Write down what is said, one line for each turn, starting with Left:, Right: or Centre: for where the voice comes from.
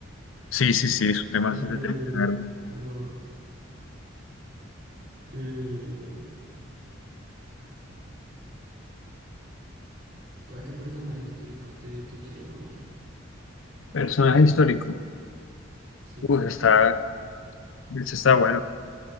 Left: sí, sí, sí, es un tema
Right: Eh,
Left: bastante triste, la verdad.
Right: cu- que- ¿a qué personaje histórico te, te gustaría conocer?
Left: Personaje histórico.
Right: Sí.
Left: Uy, está, ese está bueno.